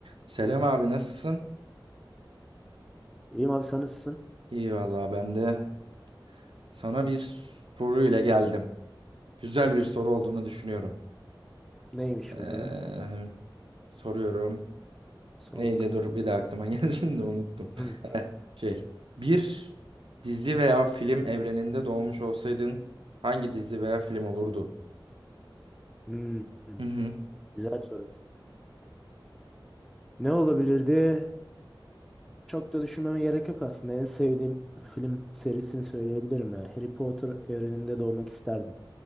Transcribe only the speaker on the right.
Selam abi nasılsın?
İyi vallahi ben de sana bir soru ile geldim. Güzel bir soru olduğunu düşünüyorum.
Ee,
soruyorum.
Neydi?
Dur bir de aklıma <laughs> geldi de unuttum.
Eh, Şey, bir dizi veya film evreninde doğmuş olsaydın hangi dizi veya film olurdu?
Hı hı.